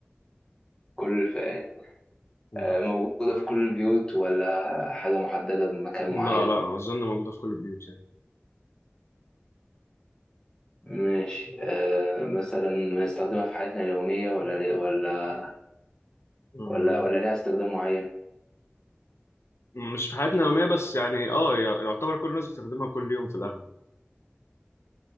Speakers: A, on the left; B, on the left.
A: كل الفئات
B: مم.
A: آه، موجودة في كل البيوت ولا حاجة محددة بمكان
B: لا
A: معين
B: لا أظن موجودة في كل البيوت يعني
A: ماشي آه، مثلا بنستخدمها في حياتنا اليومية ولا ولا
B: آه،
A: ولا ولا ليها استخدام معين
B: مش في حياتنا اليومية بس يعني اه ي- يعتبر كل الناس بتستخدمها كل يوم في الأغلب